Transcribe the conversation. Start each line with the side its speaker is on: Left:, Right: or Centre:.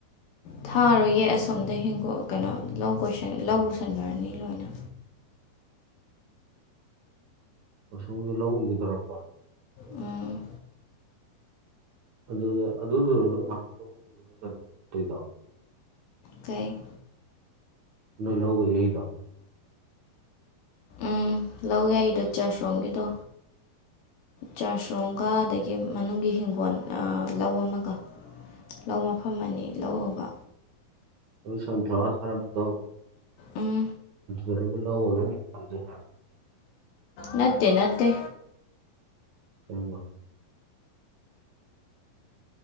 Left: ꯊꯥꯔꯣꯏꯌꯦ ꯑꯁꯣꯝꯗ ꯍ ꯀꯩꯅꯣ ꯂꯧ ꯀꯣꯏ ꯂꯧ ꯎꯁꯟꯈ꯭ꯔꯅꯤ ꯂꯣꯏꯅ
Right: ꯃꯁꯗ ꯂꯧꯎꯒꯤꯗꯣꯔꯛꯄ
Left: ꯎꯝ
Right: ꯑꯗꯨꯗ ꯑꯗꯨ ꯑꯣꯏꯔ ꯎꯂꯇ ꯆꯩꯗ
Left: ꯀꯩ
Right: ꯅ ꯂꯧꯒ ꯌꯏꯗ
Left: ꯎꯝ ꯂꯧ ꯌꯥꯏꯗꯣ ꯆꯥꯁꯔꯣꯝꯒꯤꯗꯣ ꯆꯥꯁꯔꯣꯝꯒ ꯑꯗꯒꯤ ꯃꯅꯨꯡꯒꯤ ꯍꯤꯡꯒꯣꯜ ꯂꯧ ꯑꯃꯒ ꯂꯧ ꯃꯐꯝ ꯑꯅꯤ ꯂꯧꯕ
Right: ꯎ ꯁꯣꯊꯥꯥ ꯊꯔꯝꯄ ꯇꯣ
Left: ꯎꯝ
Right: ꯑꯔ ꯑꯣꯏ ꯃ
Left: ꯅꯠꯇꯦ ꯅꯠꯇꯦ
Right: ꯀꯧꯕ